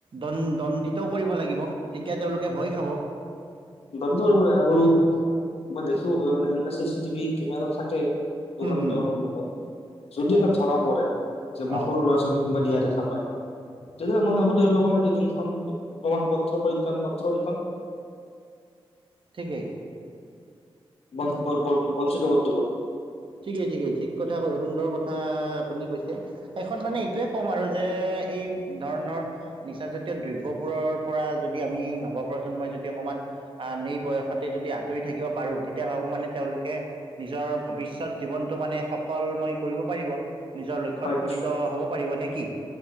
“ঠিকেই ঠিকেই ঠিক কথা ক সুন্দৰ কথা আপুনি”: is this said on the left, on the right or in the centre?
Right